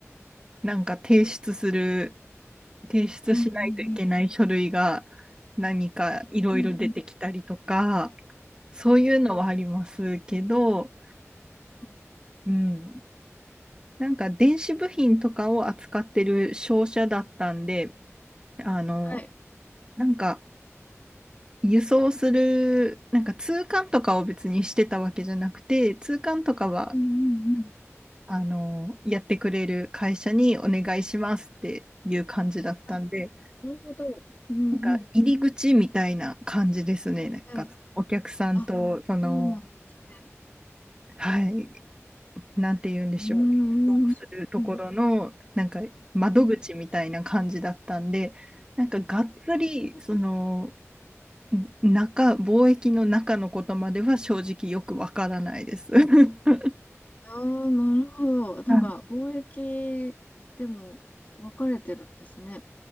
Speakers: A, on the right (about 15°); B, on the left (about 35°).
A: なんか提出する提出しないといけない書類が
B: うんうんうん。
A: 何かいろいろ出てきたりとか、
B: うんうん。
A: そういうのはありますけど、
B: あうん。
A: うん。なんか電子部品とかを扱ってる商社だったんで、あの、
B: はい。
A: なんか輸送する、なんか通関とかを別にしてたわけじゃなくて、通関とかは、
B: うんうんうん。
A: あの、やってくれる会社にお願いしますっていう感じだったんで、
B: あ、なるほど。うんうん。
A: なんか入り口みたいな感じですね。なんかお客さんと、
B: はい。あ、
A: その、
B: そうなんですね。
A: はい、なんて言うんでしょう、
B: うんうんうん。
A: するところの、
B: うん
A: なんか窓口みたいな感じだったんで、
B: う
A: なんかがっつり、
B: ん
A: その、中、貿易の中のことまでは正直よくわからないです。<laughs>
B: ああ、なるほど。なんか、
A: はい
B: 貿易でも分かれてるんですね。